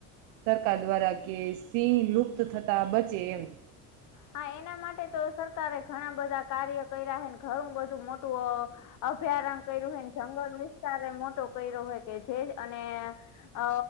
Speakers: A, on the right; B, on the left.
A: સરકાર દ્વારા કે સિંહ લુપ્ત થતા બચે એમ
B: હા એના માટે તો સરકારે ઘણા બધા કાર્ય કર્યા હને ઘણું બધું મોટું અભ્યારણ કર્યું હને જંગલ વિસ્તાર એ મોટો કર્યો હોય કે જે અને અ